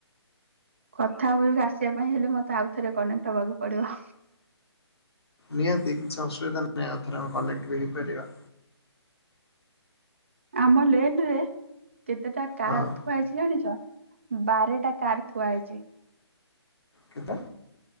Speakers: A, on the right; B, on the left.
A: କଥା ଉପରକୁ ଆସିବା ପାଇଁ ହେଲେ, ମତେ ଆଉ ଥରେ କନେକ୍ଟ ହବାକୁ ପଡିବ।
B: ନିହାତି, କିଛି ଅସୁବିଧା ନାହିଁ, ଆଉ ଥରେ ଆମେ କନେକ୍ଟ ବି ହେଇପାରିବା।
A: ଆମ ଲେନ ରେ, କେତେଟା କାର
B: ହଁ
A: ଥୁଆହେଇଚି ଜାଣିଚ? ବାରଟା କାର ଥୁଆ ହେଇଚି।
B: କେତେ?